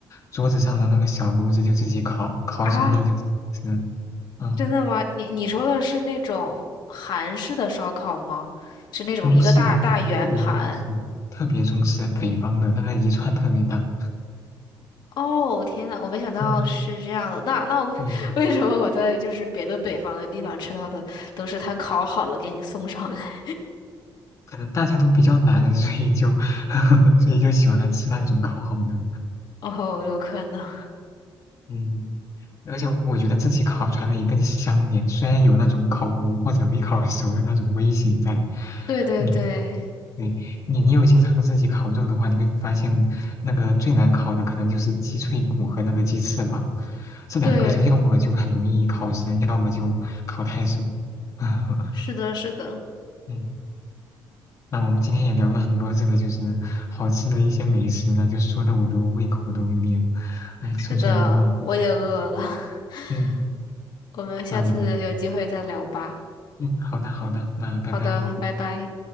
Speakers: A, on the left; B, on the left.
A: 桌子上的那个小炉子就自己烤，烤熟了你就自己吃。
B: 啊？
A: 嗯，
B: 真的吗？你你说的是那种韩式的烧烤吗？是那种一个大大圆盘。
A: 中式的特别中式，特别中式，北方的那个一串特别大。
B: 哦，天呐，我没想到是这样的。
A: 嗯，
B: 那那我
A: 对，
B: <laughs> 为什么我在就是别的北方的地方吃到的都是他烤好了给你送上来？
A: 可能大家都比较懒，所以就 <laughs> 所以就喜欢吃那种烤好的。
B: <laughs> 哦，有可能。
A: 嗯，而且我觉得自己烤出来的也更香点，虽然有那种烤糊或者没烤熟的那种危险在。
B: 对对对
A: 嗯，对，你你有经常自己烤肉的话，你会发现那个最难烤的可能就是鸡脆骨和那个鸡翅膀，这两个就要么就很容易烤生，
B: 对，
A: 要么就烤太熟。<laughs>
B: 是的，是的，
A: 嗯那我们今天也聊了很多这个就是好吃的一些美食呢，就说的我都胃口都有点，哎，
B: 是的，
A: 蠢蠢欲动。
B: 我也饿了。
A: 嗯
B: <laughs>
A: 嗯，
B: 我们下次有机会再聊吧。
A: 那我们嗯，好的好的，那拜拜。
B: 好的，拜拜。